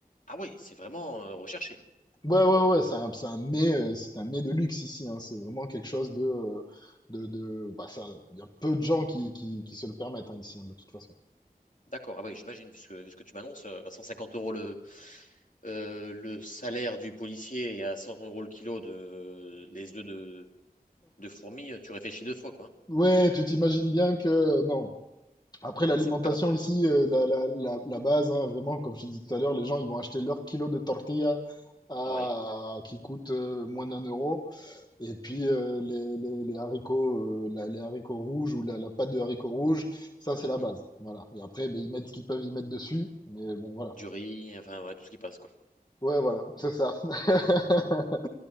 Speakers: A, on the left; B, on the left.
A: ah oui, c'est vraiment euh, recherché.
B: Ouais, ouais, ouais, c'est un, c'est un mets, euh, c'est un mets de luxe ici. hein. C'est vraiment quelque chose de, euh, de, de bah ça, il y a peu de gens qui, qui, qui se le permettent hein, ici, hein, de toute façon.
A: D'accord, ah oui, j'imagine, vu ce que, vu ce que tu m'annonces, euh, à 150 euros le, euh, le salaire du policier et à 100 euros le kilo de, les œufs de, De fourmis, euh, tu réfléchis deux fois, quoi.
B: Ouais, tu t'imagines bien que euh, non. Après l'alimentation
A: C'est pas la priorité.
B: ici, euh, la, la, la, la base, hein, vraiment, comme je te disais tout à l'heure, les gens ils vont acheter leur kilo de tortilla à,
A: Ouais.
B: qui coûte euh, moins d'un euro, et puis euh, les, les, les haricots, euh, la- les haricots rouges ou la, la pâte de haricots rouges, ça
A: Mhm.
B: c'est la base, voilà. Et après, ben, ils mettent ce qu'ils peuvent y mettre dessus, mais bon voilà.
A: Du riz, enfin, ouais, tout ce qui passe, quoi.
B: Ouais, voilà, c'est ça. <laughs>